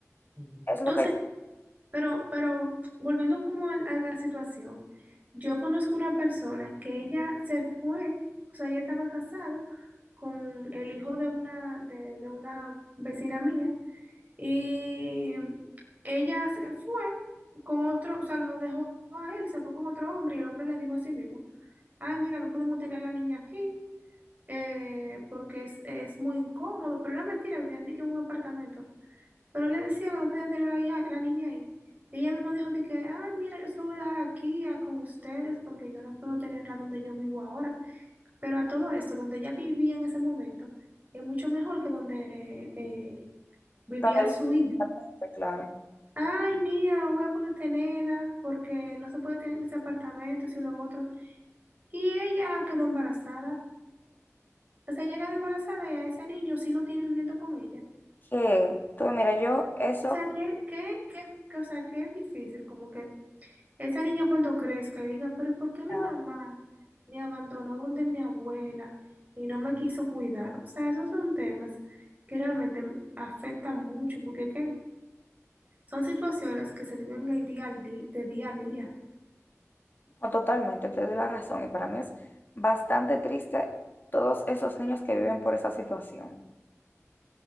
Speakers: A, on the right (about 30°); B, on the left (about 40°).
A: Entonces,
B: Es lo que yo
A: Pero, pero volviendo como al- a, la situación, yo conozco una persona que ella se fue, o sea, ella estaba casada con el hijo de una, de, de una vecina mía y ella se fue con otro, o sea, lo dejó a él, se fue con otro hombre y el hombre le dijo a sí mismo, ay, mira, no podemos tener a la niña aquí eh, porque es, es muy incómodo, pero era mentira, vivían de que en un apartamento. Pero le decía que no podían tener a la hija, la niña ahí. Y ella misma dijo de que, ay, mira, yo se lo voy a dejar aquí a- con ustedes porque yo no puedo tenerla donde yo vivo ahora. Pero a todo esto, donde ella vivía en ese momento, es mucho mejor que donde eh, vivía
B: estaba
A: su hija.
B: claro.
A: Ay, mira, no voy a poder tenerla porque no se puede tener en ese apartamento, eso y lo otro. Y ella quedó embarazada. O sea, ella quedó embarazada y a ese niño sí lo tiene viviendo con ella.
B: Que, tú, mira, yo eso,
A: O sea, que, que, que, que- o sea, que es difícil, como que Esa niña cuando crezca y diga, pero ¿y ¿por qué mi
B: ah,
A: mamá me abandonó donde mi abuela y no me quiso cuidar? O sea, esos son temas que realmente m- afectan mucho porque qué son situaciones que se viven el día al día, de día a día.
B: no, totalmente, te doy la razón y para mí es bastante triste todos esos niños que viven por esa situación.